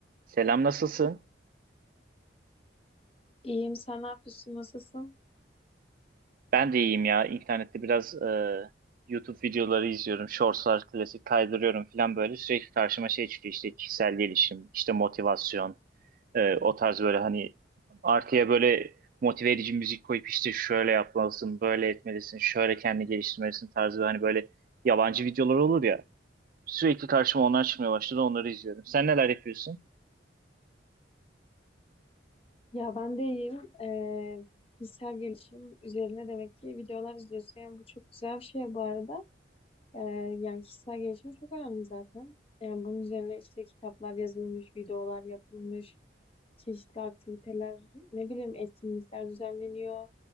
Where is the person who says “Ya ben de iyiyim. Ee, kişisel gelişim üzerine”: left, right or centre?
Left